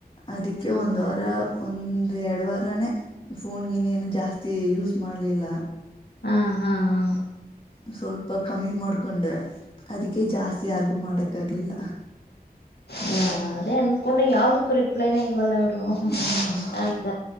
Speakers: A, on the left; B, on the left.
A: ಅದಕ್ಕೆ ಒಂದ್ ವಾರ ಒಂದ್ ಎರಡ್ ವಾರನೇ ಫೋನ್ಗನ್ೇಏನು ಜಾಸ್ತಿ ಯೂಸ್ ಮಾಡ್ಲಿಲ್ಲ
B: ಹಾ ಹಾ ಹಾ
A: ಸ್ವಲ್ಪ ಕಮ್ಮಿ ಮಾಡ್ಕೊಂಡೆ ಅದಕ್ಕೆ ಜಾಸ್ತಿ ಯಾರ್ಗು ಮಾಡಕ್ಕೆೆ ಗ್ಲಿಲ್ಲ
B: ಹಾ ಅದೇ ಅನ್ಕೊಂಡೆ ಯಾವ್ದಕ್ಕೂ ರಿಪ್ಲೈನ ಇಲ್ವಲ್ಲ ಅವರು
A: ಹ್ಮ್
B: ಅಂತ